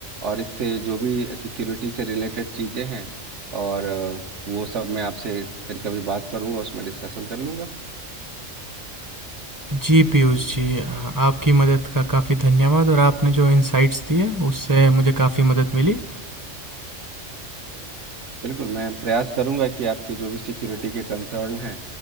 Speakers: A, on the right (about 65°); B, on the right (about 20°).
A: और इससे जो भी सिक्योरिटी से रिलेटेड चीज़ें हैं और अ, वो सब मैं आपसे फिर कभी बात करूंगा उसमें डिस्कशन कर लूंगा
B: जी पीयूष जी अ, आपकी मदद का काफ़ी धन्यवाद और आपने जो इंसाइट्स दिए उससे मुझे काफ़ी मदद मिली
A: बिल्कुल मैं प्रयास करूंगा कि आपके जो भी सिक्योरिटी के कंसर्न हैं